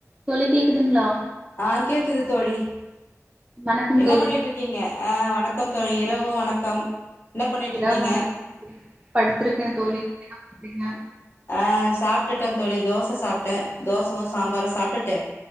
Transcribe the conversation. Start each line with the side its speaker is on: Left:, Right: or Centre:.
Right: தோழி கேக்குதுங்ளா
Left: ஆஹ் கேக்குது தோழி
Right: வணக்கம்
Left: என்ன
Right: தோழி
Left: பண்ணிட்ருக்கீங்க ஆஹ் வணக்கம் தோழி இரவு வணக்கம் என்ன பண்ணிட்ருக்கீங்க
Right: இரவு <inaudible> படுத்திருக்கே தோழி ப்டிங்க
Left: ஆஹ் சாப்டுட்டே தோழி தோச சாப்டே தோசவு சாம்பாரு சாப்டுட்டு